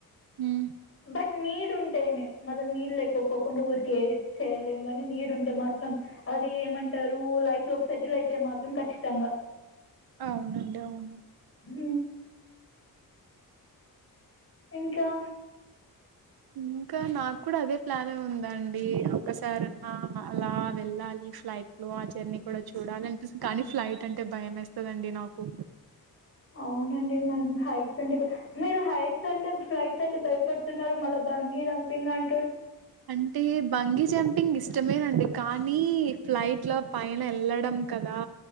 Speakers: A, on the right; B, on the left.
A: హ్మ్
B: బట్ నీడ్ ఉంటేనే మళ్ళ నీళడ్ లేకొకకుండా ఊరికే చేయలేం గాని నీడ్ ఉంటే మాత్రం అది ఏమంటారు లైఫ్ సెటిల్ అయితే మాత్రం ఖచ్చితంగా
A: అవునండి అవును
B: ఊ ఇంకా
A: ఇంకా నాకు కూడా అదే ప్లాన్ ఉందండి ఒకసారన్నా అలా వెళ్ళాలి ఫ్లైట్ లో ఆ జర్నీ కూడా చూడాలి అనిపిస్తు కానీ ఫ్లైట్ అంటే భయం ఏస్తదండి నాకు
B: అవునండి మనం <unintelligible> అంటే మీరు హైట్స్ అంటే ఫ్లైట్ హైట్స్ అంటే భయపడుతున్నారు మళ్ళీ బంగి హంపింగ్ అం
A: అంటే బంగి జంపింగ్ ఇస్ ఇష్టమేనండి కానీ ఫ్లైట్ లో పైన ఎళ్ళడం కదా